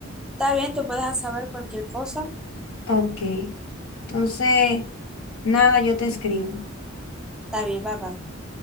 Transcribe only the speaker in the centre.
Está bien, tú puedes saber cualquier cosa.
Está bien, bye bye.